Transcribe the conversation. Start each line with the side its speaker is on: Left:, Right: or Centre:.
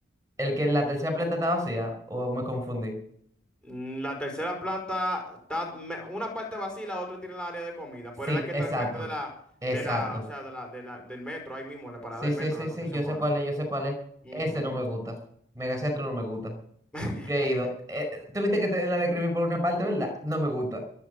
Right: el que la tercera planta está vacía, o me confundí.
Centre: Mm, La tercera planta está, me- una parte vacía y la otra tiene la área de comida,
Right: Sí,
Centre: pero es la que
Right: exacto.
Centre: está al frente de la,
Right: Exacto.
Centre: de la, o sea, de la, de la, del metro, ahí mismo, en la parada
Right: Sí,
Centre: del
Right: sí,
Centre: metro,
Right: sí,
Centre: en la Concepción
Right: sí, yo sé
Centre: Bona.
Right: cuál es, yo sé cuál es.
Centre: Ujú.
Right: Ese no me gusta. Megacentro no me gusta.
Centre: <laughs>
Right: Yo he ido. Eh, eh, tú viste que te la describí por una parte, ¿verdad? No me gusta.